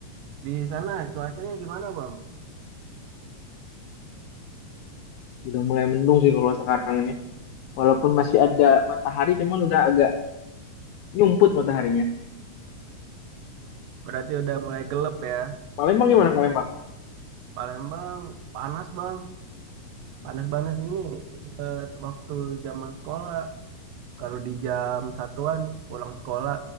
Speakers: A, on the right; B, on the left.
A: Di sana cuacanya gimana Bang?
B: Udah mulai mendung sih kalau sekarang ini. Walaupun masih ada matahari, cuman udah agak nyumput mataharinya.
A: Berarti udah mulai gelap ya.
B: Palembang gimana Palembang?
A: Palembang panas Bang, panas-panas gini. Ingat waktu zaman sekolah, kalau di jam satuan pulang sekolah,